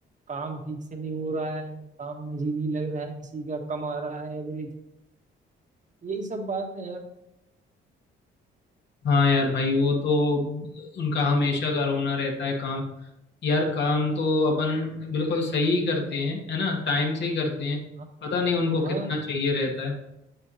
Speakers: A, on the right; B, on the left.
A: काम ठीक से नहीं हो रहा है काम में जी नहीं लग रहा है किसी का कम आ रहा है एवरेज यही सब बात है यार
B: हाँ यार भाई वो तो उनका हमेशा का रोना रहता है काम यार काम तो अपन बिल्कुल सही करते हैं है ना टाइम से ही करते हैं
A: हाँ
B: पता नहीं उनको
A: हाँ,
B: कितना चाहिए रहता है